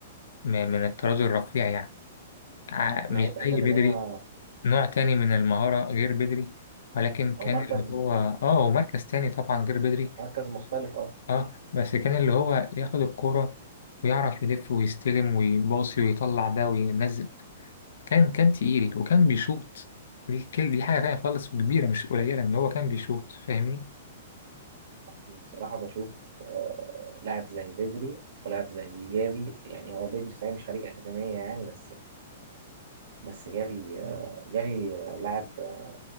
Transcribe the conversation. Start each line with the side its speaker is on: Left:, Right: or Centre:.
Left: م- من الطراز الرفيع يعني ع-
Right: لعيب
Left: مش
Right: أكاديمية
Left: زي بدري نوع تاني من المهارة غير بدري ولكن كان
Right: أو مركز
Left: اللي هو اه هو مركز تاني طبعا غير بدري
Right: مركز مختلف أه
Left: اه بس كان اللي هو ياخد الكرة ويعرف يلف ويستلم ويباصي ويطلع ده وينزل كان كان تقيل وكان بيشوط دي كل دي حاجة تانية خالص وكبيرة مش قليلة إن هو كان بيشوط فاهمني
Right: أنا بصراحة بشوف آه، لاعب زي بدري ولاعب زي جافي يعني هو بدري صحيح مش خريج أكاديمية يعني بس بس جافي آه، جافي آه، لاعب آه،